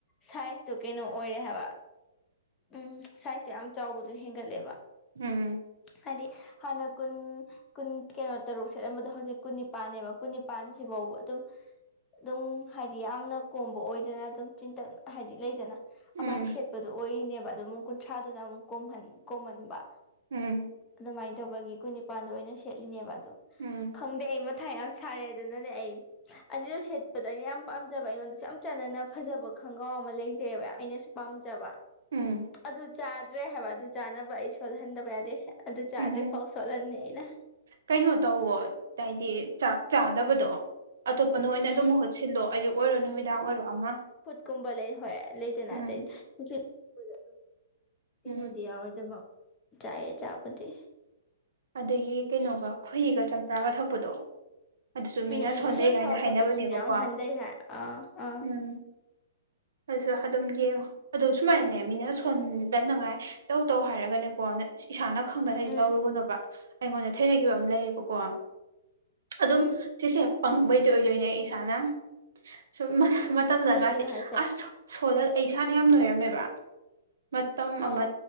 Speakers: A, on the left (about 20°); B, on the right (about 80°).
A: ꯁꯥꯏꯖꯇꯣ ꯀꯩꯅꯣ ꯑꯣꯏꯔꯦ ꯍꯥꯏꯕ꯫ ꯎꯝ ꯁꯥꯏꯖꯇ ꯌꯥꯝ ꯆꯥꯎꯕꯗꯣ ꯍꯦꯟꯒꯠꯂꯦꯕ꯫
B: ꯎꯝ꯫
A: ꯍꯥꯢꯗꯤ ꯍꯥꯟꯅ ꯀꯨꯟ꯫ ꯀꯨꯟ ꯀꯩꯅꯣ ꯇꯔꯨꯛ ꯁꯦꯠꯂꯝꯕꯗ ꯍꯧꯖꯤꯛ ꯀꯨꯟ ꯅꯤꯄꯥꯟꯅꯦꯕ ꯀꯨꯟ ꯅꯤꯄꯥꯟꯁꯤꯕꯧꯕ ꯗꯨꯝ꯫ ꯑꯗꯨꯡ ꯍꯥꯏꯗꯤ ꯌꯥꯝꯅ ꯀꯣꯝꯕ ꯑꯣꯏꯗꯦꯅ ꯑꯗꯨꯝ ꯆꯤꯟꯇꯛ ꯍꯥꯏꯗꯤ ꯂꯩꯗꯅ꯫
B: ꯎꯝ
A: ꯑꯃꯥꯏꯟ ꯁꯦꯠꯄꯗꯣ ꯑꯣꯏꯔꯤꯅꯦꯕ ꯑꯗꯨ ꯃꯨꯛ ꯀꯨꯟꯊ꯭ꯔꯥꯗꯨꯅ ꯑꯃꯨꯛ ꯀꯣꯝꯍꯟ ꯀꯣꯝꯃꯟꯕ꯫
B: ꯎꯝ꯫
A: ꯑꯗꯨꯃꯥꯏꯟ ꯇꯧꯕꯒꯤ ꯀꯨꯟ ꯅꯤꯄꯥꯟꯗꯣ ꯑꯣꯏꯅ ꯁꯦꯠꯂꯤꯅꯦꯕ ꯑꯗꯨ꯫
B: ꯎꯝ꯫
A: ꯈꯪꯗꯦ ꯑꯩ ꯃꯊꯥ ꯌꯥꯝ ꯁꯥꯔꯦ ꯑꯗꯨꯅꯅꯦ ꯑꯩ ꯑꯗꯨ ꯁꯦꯠꯄꯗꯣ ꯑꯩꯅ ꯌꯥꯝ ꯄꯥꯝꯖꯕ ꯑꯩꯉꯣꯟꯗꯁꯨ ꯌꯥꯝ ꯆꯟꯅꯅ ꯐꯖꯕ ꯈꯣꯡꯒꯥꯎ ꯑꯃ ꯂꯩꯖꯩꯑꯕ ꯑꯩꯅꯁꯨ ꯄꯥꯝꯖꯕ꯫
B: ꯎꯝ꯫
A: ꯑꯗꯨ ꯆꯥꯗ꯭ꯔꯦ ꯍꯏꯕ ꯑꯗꯨ ꯆꯥꯅꯕ ꯑꯩ ꯁꯣꯜꯍꯟꯗꯕ ꯌꯥꯗꯦ ꯑꯗꯨ ꯆꯥꯗ꯭ꯔꯤꯐꯥꯎ
B: ꯎꯝ
A: ꯁꯣꯜꯍꯟꯅꯤ ꯑꯩꯅ꯫
B: ꯀꯩꯅꯣ ꯇꯧꯋꯣ ꯍꯥꯏꯗꯤ ꯆꯥꯛ ꯆꯥꯗꯕꯗꯣꯇꯣꯞ ꯀꯩꯅꯣ ꯑ ꯑꯣꯏꯅ
A: ꯎꯝ
B: ꯑꯗꯨꯝ ꯃꯍꯨꯠ ꯁꯤꯜꯂꯣ ꯑꯌꯨꯛ ꯑꯣꯏꯔꯣ ꯅꯨꯃꯤꯗꯥꯡ ꯑꯣꯏꯔꯣ ꯑꯃ
A: ꯀꯨꯝꯕ ꯂꯩ ꯍꯣꯏ ꯂꯩꯗꯅ
B: ꯎꯝ
A: ꯑꯗꯩꯗ ꯑꯗꯨꯝ ꯀꯩꯅꯣꯗꯤ
B: ꯎꯝ
A: ꯌꯥꯎꯔꯣꯏꯗꯕ ꯆꯥꯌꯦ ꯆꯥꯄꯠꯇ
B: ꯑꯗꯒꯤ ꯀꯩꯅꯣꯒ ꯈꯍꯤꯒ ꯆꯝꯄ꯭ꯔꯥꯒ ꯊꯛꯄꯗꯣ ꯑꯗꯨꯁꯨ ꯃꯤꯅ
A: ꯎꯝ ꯎꯝ
B: ꯁꯣꯟꯗꯩ
A: ꯏꯁꯤꯡ ꯑꯁꯥꯕ
B: ꯀꯥꯏꯅ ꯍꯥꯏꯅꯕꯅꯦꯕꯀꯣ
A: ꯊꯛꯄꯁꯤꯁꯨ ꯌꯥꯝ ꯍꯟꯊꯩ ꯍꯥꯏ ꯑꯥ ꯑꯥ
B: ꯎꯝ ꯑꯗꯨꯁꯨ ꯑꯗꯨꯝ ꯌꯦꯡꯉꯨ ꯑ ꯁꯨꯃꯥꯏꯅꯅꯦ ꯃꯤꯅ ꯁꯣꯟꯗꯅꯉꯥꯏ ꯇꯧ ꯇꯧ ꯍꯥꯏꯔꯒꯅꯦꯀꯣ ꯏꯁꯥꯅ ꯈꯪꯗ ꯍꯥꯏꯗꯤ
A: ꯎꯝ
B: ꯇꯧꯔꯨꯒꯅꯣꯕ ꯑꯩꯉꯣꯟꯗ ꯊꯦꯡꯅꯈꯤꯕ ꯑꯃ ꯂꯩꯌꯦꯕꯀꯣ ꯑꯗꯨꯝ
A: ꯎꯝ
B: ꯁꯤꯁꯦ ꯄꯪꯕꯩꯗꯤ ꯑꯣꯏꯗꯣꯏꯅꯦ ꯑꯩ ꯏꯁꯥꯅ ꯁꯨꯝ ꯃꯇꯝꯗ
A: ꯀꯩꯒꯤꯅꯣ
B: ꯉꯇꯦ
A: ꯍꯥꯏꯁꯦ
B: ꯑꯁ ꯁꯣꯜꯂ ꯑꯩ ꯏꯁꯥꯅ ꯌꯥꯝ ꯅꯣꯏꯔꯝꯃꯦꯕ ꯃꯇꯝ
A: ꯑꯧ
B: ꯑꯃ